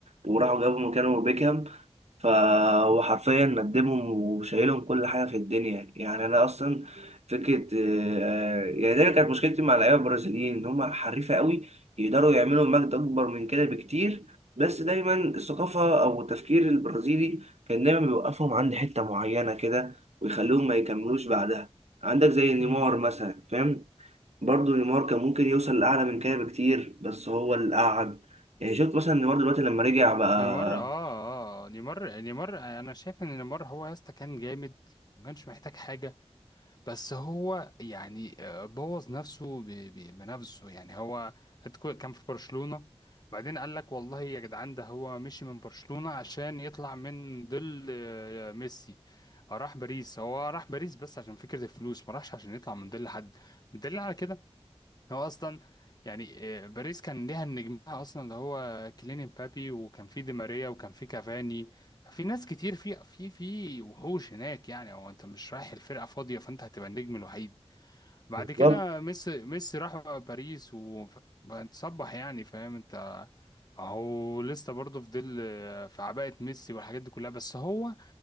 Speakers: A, on the right (about 75°); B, on the left (about 35°).
A: وراحوا جابوا مكانه بيكهام ف وحرفيا ندمهم وشايلهم كل حاجة في الدنيا يعني أنا أصلا فكرة آه، آه، يعني دايما كانت مشكلتي مع اللعيبة البرازيليين إن هم حريفة قوي يقدروا يعملوا مجد أكبر من كده بكتير بس دايما الثقافة أو التفكير البرازيلي كان دايما بيوقفهم عند حتة معينة كده ويخليهم ما يكملوش بعدها عندك زي نيمار
B: أنت
A: مثلا فاهم برضه نيمار كان ممكن يوصل لأعلى من كده بكتير بس هو اللي قعد يعني شفت مثلا نيمار دلوقتي لما رجع بقى
B: نيمار اه اه نيمار نيمار انا شايف ان نيمار هو يا اسطى كان جامد ما كانش محتاج حاجه بس هو يعني آه، بوظ نفسه ب- ب- بنفسه يعني هو كان في برشلونه بعدين قال لك والله يا جدعان ده هو مشي من برشلونه عشان يطلع من ظل آه، ميسي راح باريس هو راح باريس بس عشان فكره الفلوس ما راحش عشان يطلع من ظل حد بدليل على كده هو اصلا يعني آه، باريس كان ليها النجمها اصلا اللي هو كيليان امبابي وكان في دي ماريا وكان في كافاني في ناس كتير في في في وحوش هناك يعني هو انت مش رايح الفرقه فاضيه فانت هتبقى النجم الوحيد بعد
A: بالظبط
B: كده ميسي ميسي راح بقى باريس وتصبح يعني فاهم انت اهو لسه برضه في ظل آه، في عباءة ميسي والحاجات دي كلها بس هو